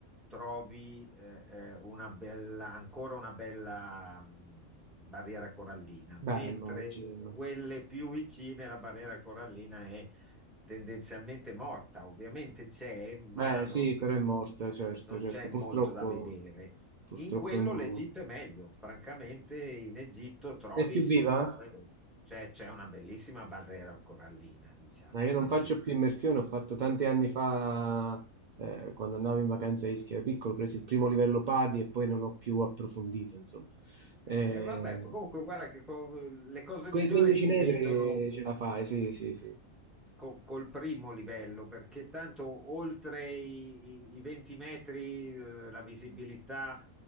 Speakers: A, in the centre; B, on the right.
A: trovi eh, eh, una bella, ancora una bella mh, barriera corallina, mentre
B: Beh, immagino.
A: quelle più vicine la barriera corallina è tendenzialmente morta. Ovviamente c'è, ma
B: Beh,
A: non,
B: sì, però è morta, certo,
A: non
B: certo.
A: c'è
B: Purtroppo,
A: molto da vedere.
B: purtroppo
A: In quello
B: è un disastro.
A: l'Egitto è meglio, francamente in Egitto trovi
B: È più
A: siti
B: viva?
A: dove c'è c'è una bellissima barriera corallina, diciamo,
B: Ma io
A: quindi...
B: non faccio più immersione, ho fatto tanti anni fa, eh, quando andavo in vacanza a Ischia da piccolo, ho preso il primo livello PADI e poi non ho più approfondito, insomma. Eh,
A: Eh, vabbè, comunque guarda che co- le cose
B: quei
A: migliori
B: 15
A: si
B: metri
A: vedono
B: ce la fai, sì, sì, sì.
A: co- col primo livello, perché tanto oltre i, i- i 20 metri, eh, la visibilità,